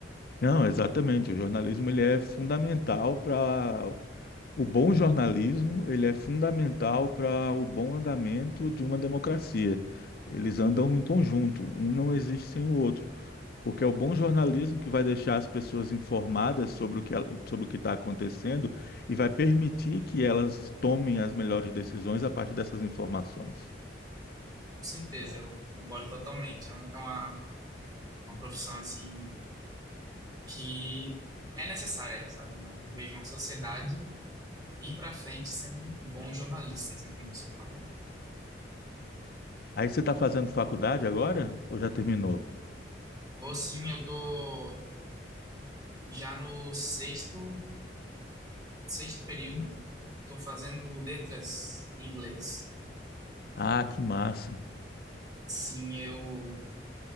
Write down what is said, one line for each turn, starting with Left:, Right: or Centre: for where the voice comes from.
Left: Não, exatamente. O jornalismo ele é fundamental para o bom jornalismo, ele é fundamental para o bom andamento de uma democracia. Eles andam em conjunto, um não existe sem o outro, porque é o bom jornalismo que vai deixar as pessoas informadas sobre o que el- sobre o que está acontecendo e vai permitir que elas tomem as melhores decisões a partir dessas informações.
Right: Com certeza,
Left: Então,
Right: eu concordo totalmente. É, um- é uma, uma profissão, assim, que é necessária, sabe? Não, não vejo uma sociedade ir para frente sem bons jornalistas, né, como você falou.
Left: aí você está fazendo faculdade agora ou já terminou?
Right: Tô assim, eu tô já no sexto, sexto período, tô fazendo letras em inglês.
Left: Ah, que massa!
Right: Sim, eu